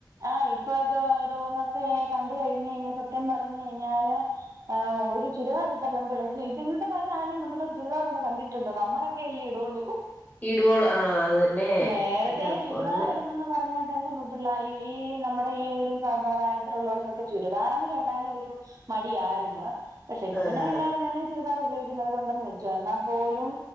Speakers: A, on the right; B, on the left.
A: ആഹ് ഇപ്പൊ അത് ഓരോന്നൊക്കെ കണ്ട് കഴിഞ്ഞ് കഴിഞ്ഞാ സത്യം പറഞ്ഞ് കഴിഞ്ഞാല് ആഹ് ഒരു ചുരിദാറ് ഇട്ട പെമ്പ്ള്ളേ ഇയ്യോ ഇപ്പ ഇന്നത്തെ കാലത്ത് ആരേലും പെമ്പിള്ളേര് ചുരിദാറിടുന്നെ കണ്ടി ട്ട്ണ്ടോ നമ്മളെക്കെ അല്ലേ ഇടുള്ളൂ.
B: ഇടുവോളൂ ആഹ് അത് തന്നെ
A: നേരത്തെ
B: എന്റെ
A: ചുരിദാറ്
B: പൊന്നെ
A: ഇടുന്നെന്ന് പറഞ്ഞാ തന്നെ പ് പിള്ളാ ഈ ഈ നമ്മടെ ഈ ഒരു സമ പ്രായയത്തിലുള്ളവർക്കൊക്കെ ചുരിദാറേന്ന് കേട്ടാലെ ഒരു മടിയാരുന്ന് പക്ഷെ ഇപ്പൊ
B: ആഹ്
A: പിന്നെ എല്ലാരും തന്നെ ചുരിദാറ് ഉപയോഗിക്കുന്നവരുണ്ടെന്ന് വെച്ചോ എന്നാ പോലും